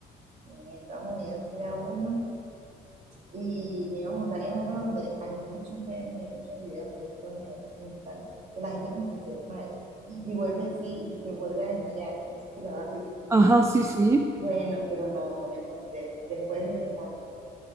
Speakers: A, on the right; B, on the right.
A: en Estados Unidos fui a uno y me iba a montar en uno donde hay muchos memes y muchos videos de estos en Instagram que la gente como que se desmaya y vuelve en sí y se vuelve a desmayar. No sé si lo has visto.
B: Ajá, sí, sí.
A: Bueno, pero no, no me monté. Después dije, concha,